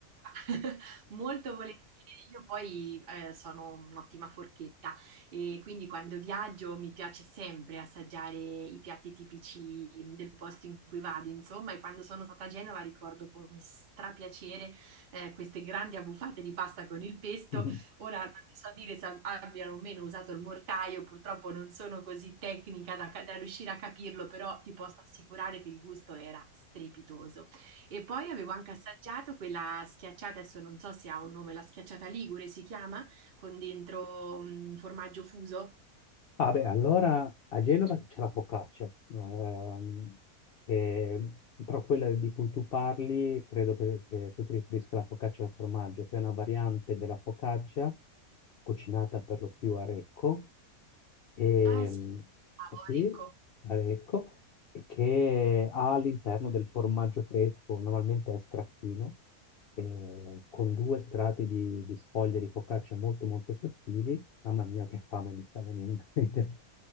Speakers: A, on the right; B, on the left.
A: verità. <laughs> Molto volentieri. Io poi eh, sono un'ottima forchetta e quindi quando viaggio mi piace sempre assaggiare i piatti tipici del posto in cui vado, insomma, e quando sono stata a Genova ricordo con strapiacere eh, queste grandi abbuffate di pasta con il pesto.
B: <laughs>
A: Ora non ti so dire se abbiano o meno usato il mortaio, purtroppo non sono così tecnica da, da riuscire a capirlo, però ti posso assicurare che il gusto era strepitoso. E poi avevo anche assaggiato quella schiacciata, adesso non so se ha un nome, la schiacciata Ligure si chiama, con dentro mm, formaggio fuso.
B: Ah beh, allora a Genova c'è la focaccia, ehm, che- però quella di cui tu parli credo che, che tu ti riferisca alla focaccia al formaggio, che è una variante della focaccia cucinata per lo più a Recco, ehm,
A: Ah sì, cavolo,
B: eh sì,
A: ecco,
B: a Recco, e che ha all'interno del formaggio fresco, normalmente è stracchino, eh, con due strati di, di sfoglia di focaccia molto molto sottili Mamma mia, che fame mi sta venendo. <laughs> in realtà.